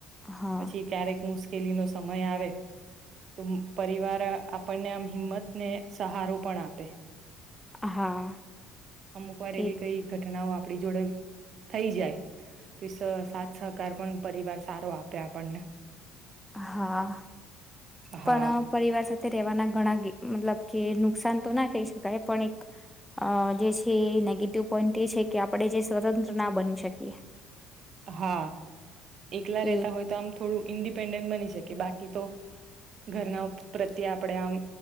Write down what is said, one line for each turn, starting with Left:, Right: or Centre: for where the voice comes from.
Centre: હા
Right: પછી ક્યારેક મુશ કેલી નો સમય આવે. તો મ પરિવાર આપણને આમ હિંમત ને સહારો પણ આપે.
Centre: હા.
Right: અમુક વાર એવી
Centre: એ
Right: કઈ ઘટનાઓ આપણી જોડે થઈ જાય ત સ સાથ સહકાર પણ પરિવાર સારો આપે આપણને.
Centre: હા
Right: હા
Centre: પણ પરિવાર સાથે રેવાના ઘણા ગી મતલબ કે નુકસાન તો ના કહી શકાય પણ, એક અ જે છે નેગેટિવ પોઈન્ટ એ છે. કે આપણે જે સ્વતંત્ર ના બની શકીએ.
Right: હા, એકલા
Centre: કે
Right: રહેતા હોય તો આમ થોડું ઇન્ડી પેન્ડડ બની શકે. બાકી તો ઘરના પ્રત્યે આપણેે આમ